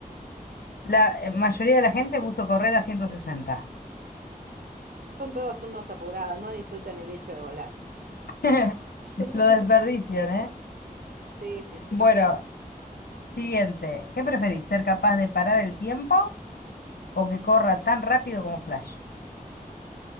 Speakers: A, on the left; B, on the right.
A: La eh, mayoría de la gente puso correr a 160.
B: son todos unos apurados, no disfrutan el hecho de volar.
A: <laughs>
B: <laughs>
A: Lo desperdician, ¿eh?
B: Sí, sí, sí.
A: Bueno, Siguiente, ¿qué preferís? ¿Ser capaz de parar el tiempo o que corra tan rápido como Flash?